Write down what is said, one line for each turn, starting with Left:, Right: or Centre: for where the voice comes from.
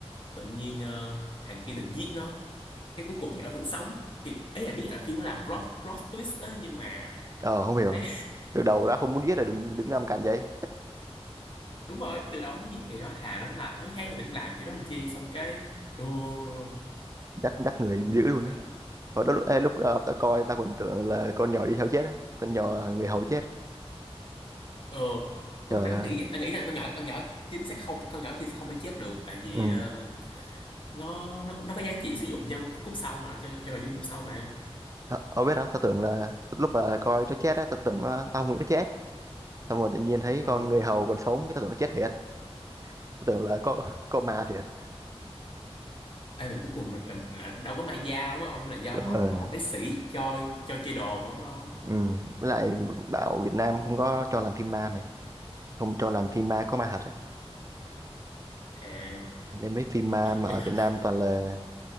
Left: tự nhiên ờ, thằng kia định giết nó cái cuối cùng nhỏ vẫn sống thì ấy là biết là phim nó làm plot plot twist á nhưng mà
Right: ờ không hiểu
Left: ấy
Right: từ đầu đã không muốn giết rồi đừng đứng làm cạnh vậy
Left: <laughs> đúng rồi từ đó giết thì nó thà nó làm nói khác thì đừng làm kiểu đó làm chi xong cái run run
Right: đắt đắt người
Left: nhưng
Right: dữ
Left: mà
Right: luôn
Left: thật
Right: á
Left: ra
Right: hồi đó lúc ê, lúc ờ, tao coi tao còn tưởng là con nhỏ đi theo chết á con nhỏ ờ, người hầu chết
Left: ờ
Right: trời
Left: nếu mà ta cũng
Right: ơi
Left: nghĩ vậy ta nghĩ là con nhỏ con nhỏ chính sẽ không con nhỏ kia sẽ không phải chết được tại vì
Right: ừ
Left: ờ, nó nó nó có giá trị sử dụng cho khúc sau mà cho cho nội dung khúc sau mà
Right: Ờ, Ở biết đó, tao tưởng là lúc mà coi nó chết á, tao tưởng nó, tao không nghĩ nó chết. Xong rồi tự nhiên thấy
Left: Ờ.
Right: con người hầu còn sống, cái tao tưởng nó chết thiệt. Tao tưởng là có có ma thiệt.
Left: Ê, mà cuối cùng mình là, là đâu có may da đâu mà ông là do
Right: Ờ,
Left: thằng ông bác sĩ cho cho chơi đồ mà đúng không?
Right: ừ. Với lại bảo Việt Nam không có cho làm phim ma mày, không cho làm phim ma có ma thật ấy.
Left: À,
Right: Nên mấy phim ma
Left: <laughs>
Right: mà ở Việt Nam toàn là